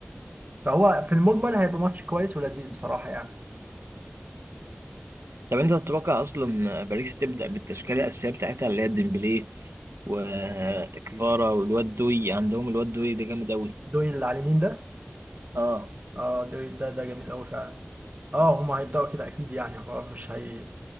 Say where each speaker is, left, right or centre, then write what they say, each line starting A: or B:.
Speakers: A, on the right; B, on the right.
A: فهو في المجمل هيبقى ماتش كويس ولذيذ بصراحه يعني
B: طب انت تتوقع اصلا باريس تبدا بالتشكيله الاساسيه بتاعتها اللي هي ديمبلي وكفارا والواد دوي عندهم الواد دوي ده جامد قوي
A: دويل اللي على اليمين ده
B: اه
A: اه دويل ده ده جميل قوي فعلا اه هما هيبداوا كده اكيد يعني هو مش هي